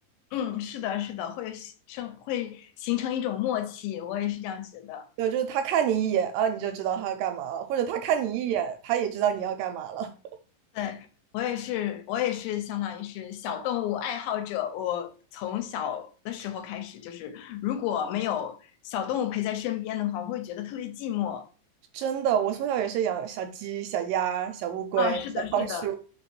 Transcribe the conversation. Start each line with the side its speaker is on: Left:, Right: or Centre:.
Left: 嗯，是的，是的，会生会形成一种默契，我也是这样觉得。
Right: 对，就是他看你一眼啊，你就知道他要干嘛了，或者他看你一眼，他也知道你要干嘛了。
Left: 对，我也是，我也是相当于是小动物爱好者。我从小的时候开始，就是如果没有小动物陪在身边的话，我会觉得特别寂寞。
Right: <laughs> 真的，我从小也是养小鸡、小鸭、小乌龟、
Left: 哦，是的，
Right: 小仓鼠。
Left: 是的，